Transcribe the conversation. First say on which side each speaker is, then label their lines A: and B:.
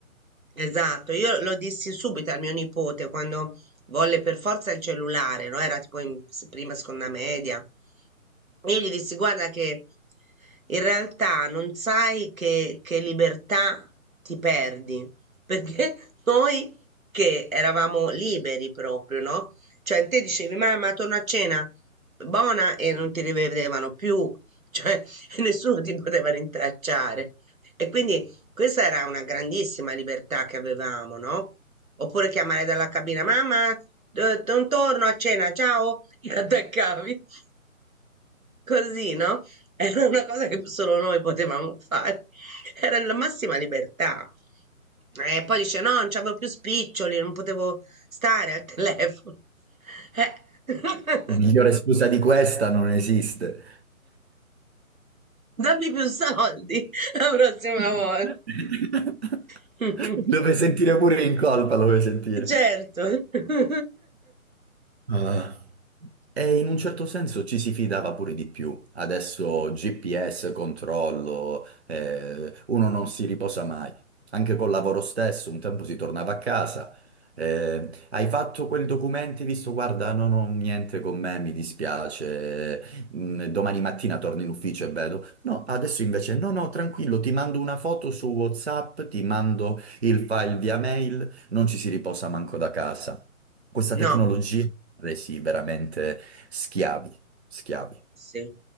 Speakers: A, on the right; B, on the right.
A: Esatto, io lo dissi subito al mio nipote quando volle per forza il cellulare, no? Era tipo in s- prima, seconda media. Io gli dissi, guarda che in realtà non sai che, che libertà ti perdi, perché <laughs> noi che eravamo liberi proprio, no? Cioè te dicevi, mamma, torno a cena, buona, e non ti rivedevano più, cioè <laughs> nessuno ti poteva rintracciare. E quindi questa era una grandissima libertà che avevamo, no? Oppure chiamare dalla cabina, mamma, eh, non torno a cena, ciao, e attaccavi. <laughs> Così, no? Era una cosa che solo noi potevamo fare. Era la massima libertà. E poi dice, no, non c'avevo più spiccioli, non potevo stare al telefono. Eh. <laughs>
B: Migliore scusa di questa non esiste.
A: Dammi più soldi <laughs> la prossima
B: <laughs>
A: volta. <laughs>
B: Dove sentire pure in colpa, lo vuoi sentire?
A: Certo. <laughs>
B: Ah. E in un certo senso ci si fidava pure di più. Adesso GPS, controllo, eh, uno non si riposa mai. Anche col lavoro stesso, un tempo si tornava a casa. eh, hai fatto quel documento, hai visto, guarda, non ho niente con me, mi dispiace. mm, domani mattina torno in ufficio e vedo. No, adesso invece, no, no, tranquillo, ti mando una foto su WhatsApp, ti mando il file via mail, non ci si riposa manco da casa. Questa
A: No.
B: tecnologia resi veramente schiavi, schiavi.
A: Sì,